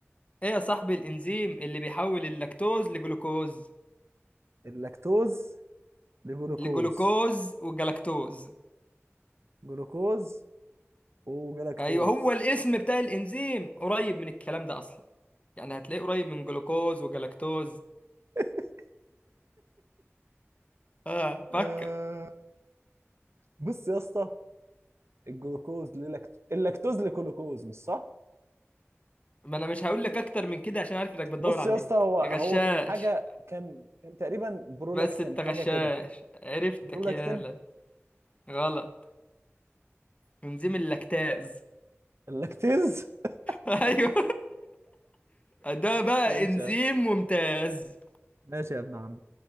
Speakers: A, on the left; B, on the right.
A: ايه يا صاحبي الانزيم اللي بيحول اللاكتوز لجلوكوز
B: اللاكتوز لجلوكوز
A: لجلوكوز والجلاكتوز
B: جلوكوز وجلاكتوز
A: ايوه هو الاسم بتاع الانزيم قريب من الكلام ده اصلا يعني هتلاقيه قريب من جلوكوز وجلاكتوز
B: <laughs>
A: اه
B: آه،
A: فكر
B: بص يا اسطى الجلوكوز للاكت... اللاكتوز لجلوكوز مش صح
A: ما انا مش هقول لك اكتر من كده عشان عارف انك بتدور
B: بص
A: على
B: يا
A: النت
B: اسطى هو هو
A: غشاش
B: كان حاجه كان كان تقريبا برولاكتين
A: بس انت
B: حاجه
A: غشاش
B: كده
A: عرفتك
B: برولاكتين
A: يالا غلط انزيم اللاكتاز
B: اللاكتيز <laughs>
A: <laughs> ايوه ده بقى
B: ماشي
A: انزيم
B: يا-
A: ممتاز
B: ماشي يا ابن عم